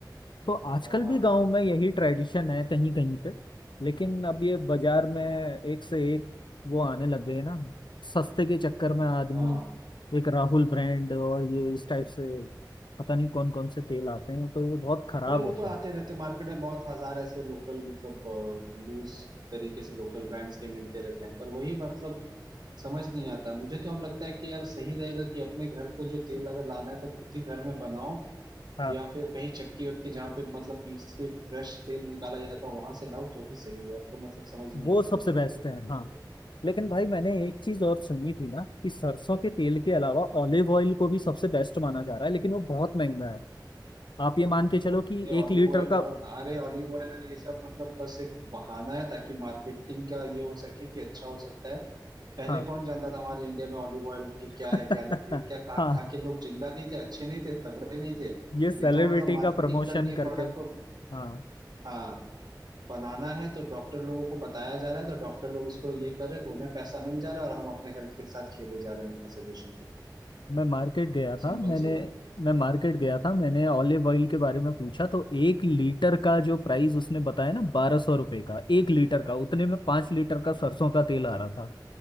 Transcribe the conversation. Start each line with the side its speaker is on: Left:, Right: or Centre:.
Left: तो आजकल
Right: हाँ
Left: भी गांव में यही ट्रेडिशन है कहीं कहीं पे लेकिन अब ये बाजार में एक से एक वो आने लग गए ना सस्ते के चक्कर में आदमी
Right: हाँ हाँ।
Left: एक राहुल ब्रांड और ये इस टाइप से पता नहीं कौन कौन से तेल आते हैं तो ये बहुत खराब
Right: अरे वो
Left: होता
Right: तो आते
Left: है
Right: रहते मार्केट में बहुत हजार ऐसे लोकल मतलब लूज तरीके से लोकल ब्रांड्स के मिलते रहते हैं पर वही मतलब समझ नहीं आता मुझे तो अब लगता है कि यार सही रहेगा कि अपने घर को जो तेल अगर लाना है तो खुद ही घर में बनाओ
Left: हाँ
Right: या फिर कहीं चक्की वक्की जहाँ पे मतलब पीस के फ्रेश तेल निकाला जाता है वहां से लाओ तो ही सही है अब तो मतलब समझ नहीं
Left: वो
Right: आता
Left: सबसे
Right: इन सबको
Left: बेस्ट
Right: देख
Left: है
Right: के मुझे
Left: हाँ
Right: तो
Left: लेकिन भाई मैंने एक चीज और सुनी थी ना कि सरसों के तेल के अलावा ऑलिव ऑयल को भी सबसे बेस्ट माना जा रहा है लेकिन वो बहुत महंगा है आप ये मान के चलो कि
Right: अरे ऑलिव
Left: एक लीटर
Right: ऑयल
Left: का
Right: और अरे ऑलिव ऑयल और ये सब मतलब बस एक बहाना है ताकि मार्केटिंग का ये हो सके कि अच्छा हो सकता है पहले
Left: हाँ
Right: कौन जानता था हमारे इंडिया में ऑलिव ऑयल की क्या
Left: <laughs>
Right: है क्या नहीं और क्या खा
Left: हाँ
Right: खा के लोग जिंदा नहीं थे अच्छे नहीं थे तगड़े नहीं थे
Left: ये सेलिब्रिटी
Right: ये तो मतलब मार्केटिंग
Left: का प्रमोशन
Right: करनी है
Left: करके
Right: प्रोडक्ट को
Left: हाँ
Right: हाँ बनाना है तो डॉक्टर लोगों को बताया जा रहा है तो डॉक्टर लोग इसको ये कर रहे हैं तो उन्हें पैसा मिल जा रहा है और हम अपने हेल्थ के साथ खेले जा रहे हैं उनके सजेशन पे
Left: मैं मार्केट गया था
Right: सिंपल
Left: मैंने
Right: सी बात है
Left: मैं मार्केट गया था मैंने ऑलिव ऑयल के बारे में पूछा तो एक लीटर का जो प्राइस उसने बताया ना बारह सौ रुपये का एक लीटर का उतने में पाँच लीटर का सरसों का तेल आ रहा था